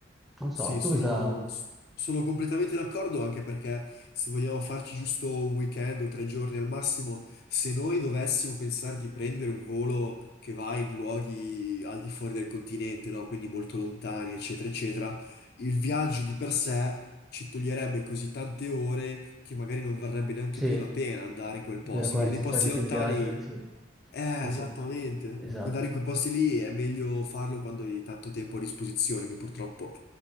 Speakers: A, in the centre; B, on the left (about 55°).
A: Non so,
B: Sì, sono,
A: tu cosa...
B: sono completamente d'accordo anche perché se vogliamo farci giusto un weekend o tre giorni al massimo, se noi dovessimo pensare di prendere un volo che va in luoghi al di fuori del continente, no? Quindi molto lontani, eccetera, eccetera, il viaggio di per sé ci toglierebbe così tante ore che magari non varrebbe neanche
A: Sì,
B: più la pena andare
A: dura
B: in quel posto.
A: quasi,
B: In- Nei posti
A: quasi più
B: lontani
A: il viaggio, sì.
B: eh,
A: Sì,
B: esattamente.
A: sì,
B: Andare
A: esatto.
B: in quei posti lì è meglio farlo quando hai tanto tempo a disposizione, che purtroppo